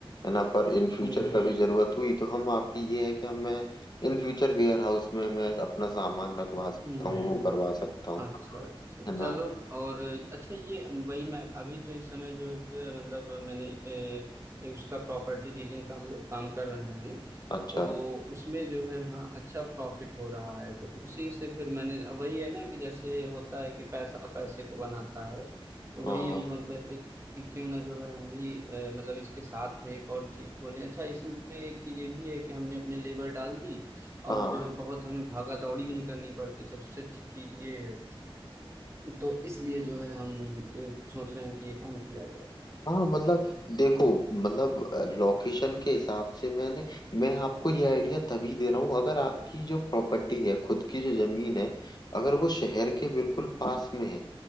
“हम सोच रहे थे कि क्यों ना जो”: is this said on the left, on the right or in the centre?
Right